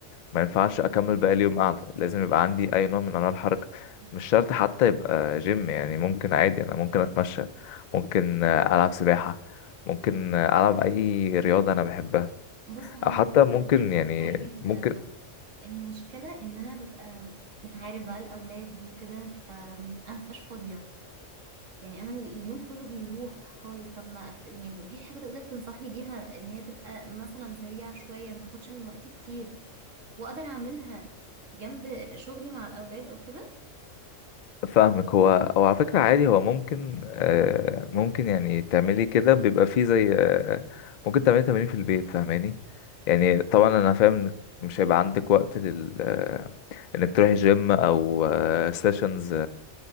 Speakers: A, on the left; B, on the right.
A: ما ينفعش اكمل باقي اليوم قاعده لازم يبقى عندي اي نوع من انواع الحركه
B: <laughs>
A: مش شرط حتى يبقى جيم يعني ممكن عادي انا ممكن اتمشى ممكن آه، العب سباحه ممكن آه، العب اي رياضه انا بحبها
B: بص هو
A: او
B: انا
A: حتى
B: موافقاك
A: ممكن يعني
B: فيها جدا
A: ممكن
B: بس المشكله ان انا ببقى انت عارف بقى الاولاد وكده فانا مبقاش فاضيه يعني انا اليوم كله بيروح خالص طب ما يعني ما فيش حاجه تقدر تنصحني بيها ان هي تبقى مثلا سريعه شويه ما تاخدش من وقتي كتير واقدر اعملها جنب شغلي مع الاولاد او كده
A: فاهمك هو او على فكره عادي هو ممكن آه، ممكن يعني تعملي كده بيبقى فيه زي آه، ممكن تعملي تمارين في البيت فاهماني يعني طبعا انا فاهم إنك مش هيبقى عندك وقت لل آه، انك تروحي جيم او سيشنز